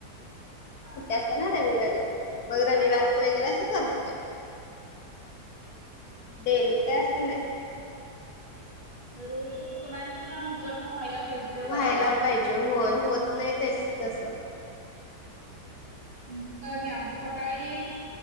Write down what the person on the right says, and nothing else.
हा
हा हा
रोज ते पोरांचे नाव विचत ना व्हायला पाहिजे ते
करायला.
म्हणजे हे आमचं सकाळी